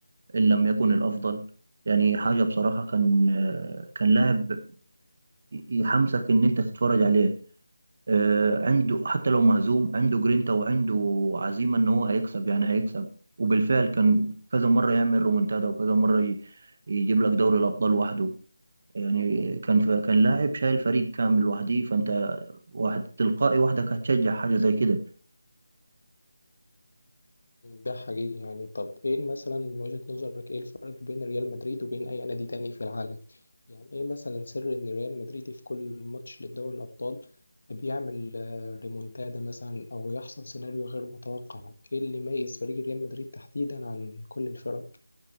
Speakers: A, on the right; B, on the left.
A: إن لم يكن الأفضل يعني حاجة بصراحة كان آه، كان لاعب يحمسك إن أنت تتفرج عليه آه، عنده حتى لو مهزوم عنده جرينتا وعنده عزيمة إن هو هيكسب يعني هيكسب وبالفعل كان كذا مرة يعمل رومنتادا وكذا مرة ي- يجيب لك دوري الأبطال وحده يعني كان كان لاعب شايل فريق كامل لوحده فانت واحد تلقائي وحدك هتشجع حاجه زي كده
B: ده حقيقي يعني طب إيه مثلا من وجهة نظرك إيه الفرق بين ريال مدريد وبين أي نادي تاني في العالم؟ يعني إيه مثلا سر إن ريال مدريد في كل ماتش لدوري الأبطال بيعمل آه، ريمونتادا مثلا أو يحصل سيناريو غير متوقع؟ إيه اللي يميز فريق ريال مدريد تحديدا عن كل الفرق؟